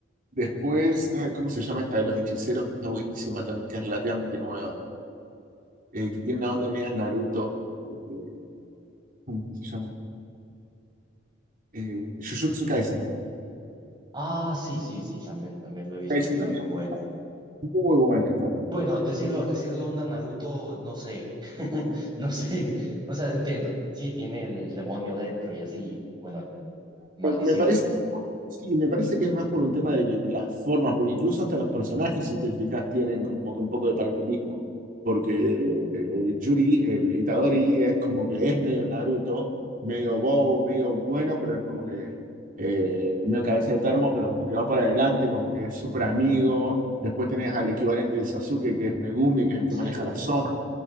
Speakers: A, on the right (about 45°); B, on the right (about 25°).
A: Después, ay, ¿cómo se llama esta de los hechiceros? Que está buenísima también, que es relativamente nueva. Eh, que tiene una onda media Naruto. Eh, ¿cómo que se llama? Eh, Jujutsu Kaisen.
B: Ah, sí, sí, sí, también, también lo he visto,
A: Kaisen
B: es
A: también.
B: muy bueno.
A: es Muy buena esta también.
B: Bueno, decirlo, decirlo onda Naruto, no sé, <laughs> no sé, o sea, entiendo, sí, tiene el, el demonio dentro y así, bueno, maldición.
A: Me parece Sí, me parece que es más por un tema de que que las formas, porque incluso hasta los personajes, si te fijas, tienen como que un poco de paralelismo. Porque eh, Yuri, el Itadori, es como que es medio Naruto, medio bobo, medio bueno, pero es como que eh, medio cabeza de termo, pero como que va para adelante, como que es súper amigo. Después tenés al equivalente de Sasuke, que es Megumi, que es el que
B: Sí,
A: maneja la zona.